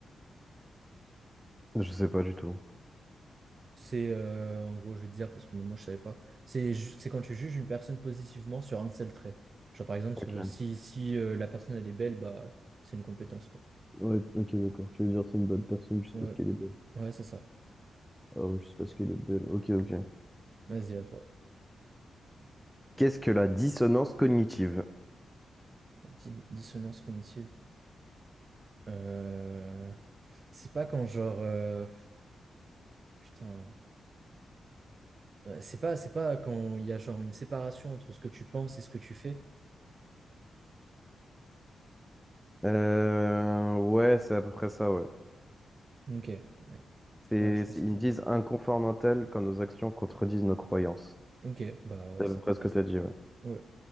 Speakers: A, in the centre; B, on the right.
A: Je sais pas du tout.
B: C'est, euh, en gros, je vais te dire, parce que même moi, je savais pas. C'est ju- c'est quand tu juges une personne positivement sur un seul trait. Genre, par exemple,
A: Ok.
B: ce- si, si euh, la personne, elle est belle, bah, c'est une compétence, quoi.
A: Ouais, ok, d'accord. Tu veux dire c'est une bonne personne juste
B: Ouais,
A: parce qu'elle est belle.
B: ouais, c'est ça.
A: Ah ouais, juste parce qu'elle est belle. Ok, ok.
B: Vas-y, à toi.
A: Qu'est-ce que la dissonance cognitive?
B: La di- dissonance cognitive. Euh, C'est pas quand, genre... euh, Putain. Euh, C'est pas, c'est pas quand il y a, genre, une séparation entre ce que tu penses et ce que tu fais.
A: Euh, ouais, c'est à peu près ça, ouais.
B: Ok, ouais.
A: C'est,
B: Bah, je pensais
A: c'est- ils
B: ça.
A: me disent inconfort mental quand nos actions contredisent nos croyances.
B: Ok, bah ouais,
A: C'est
B: c'est
A: à peu près
B: à peu près
A: ce que
B: ça.
A: tu as dit, ouais.
B: Ouais.